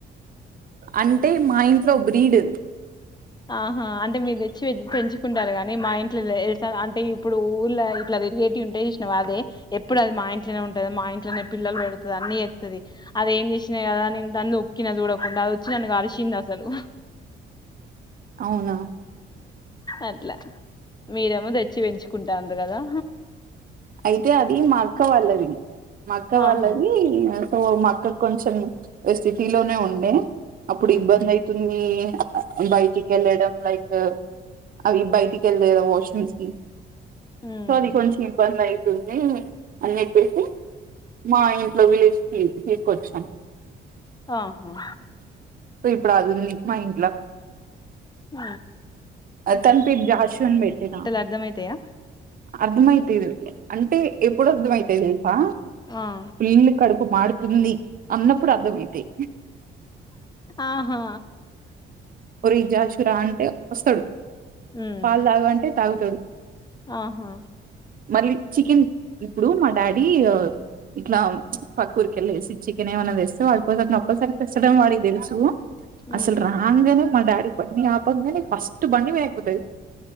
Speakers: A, on the right (about 45°); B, on the left (about 20°).
A: అంటే మా ఇంట్లో బ్రీడ్
B: ఆహా అంటే మీదెచ్చి పెంచుకుంటారు కాని మా ఇంట్లోస అంటే ఇప్పుడు ఊళ్ళ ఇట్లా తిరిగేటి ఉంటయి చూసినవనే ఎప్పుడు అది మా ఇంట్లోనే ఉంటది మా ఇంట్లోనే పిల్లలు పెడుతది అన్నీ చేత్తది అది ఏం చేసి కదా నేను తోక్కిన చూడకుండా అసల్ అది వచ్చి నన్ను కరిసింది అసలు
A: అవునా
B: అట్ల మీరేమో తెచ్చి పెంచుకుంటాండ్రు కదా
A: అయితే అది మ అక్క వాళ్ళది మ అక్క వాళ్ళది
B: ఆహా
A: సో మాక్కకి కొంచెం సిటీ లోనే ఉండే అప్పుడు
B: ఉమ్
A: ఇబ్బంది అయితుంది బయటికి వెళ్ళడం లైక్ అవి బయటికి వెళ్లేద వాష్రూమ్స్ కి
B: ఉమ్
A: సో అది కొంచెం అయితుండే అని చేప్పేసి మా ఇంట్లో విలేజ్ కి తీసుకొచ్చాను
B: ఆహా
A: సో ఇప్పుడు అదుంది మా ఇంట్ల
B: ఉ
A: తనపేరు జాష్ అని పెట్టిన
B: అర్థమయితాయా
A: అర్ధమైతయి అంటే ఎప్పుడు అర్థం అయితే తెలుసా
B: ఆ
A: పిల్లి కడుపు మాడు తుంది అన్నప్పుడు అర్థమైతయి
B: ఆహా
A: ఒ ఇ జాషు రా అంటే వస్తాడు
B: ఉమ్
A: పాలు తాగంటే తాగుతాడు
B: ఆహా
A: మళ్ళీ చికెన్ ఇప్పుడు మా డాడి ఇట్లా పక్క ఉరికెళ్ళిసీ చికనేమన్న తెస్త వాళ్ళ కోసం తప్పనిసరి తెస్తాడూ వాడికి తెలుసు అసలు
B: ఉమ్
A: రాగానే మా డాడీ కొన్ని పప్పంగానే ఫస్ట్ అటు బండిమీద వై ఏక్కుతది